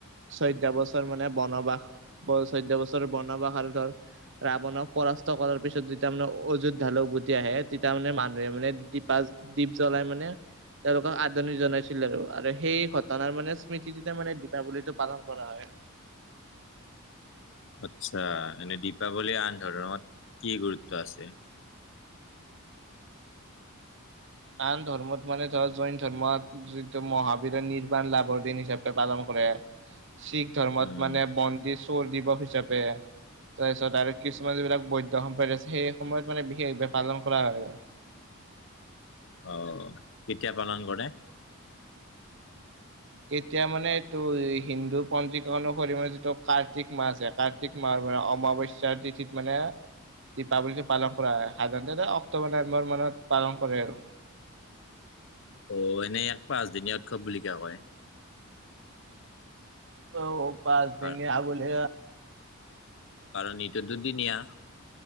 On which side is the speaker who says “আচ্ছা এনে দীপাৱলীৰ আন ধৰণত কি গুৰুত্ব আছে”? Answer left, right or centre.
Left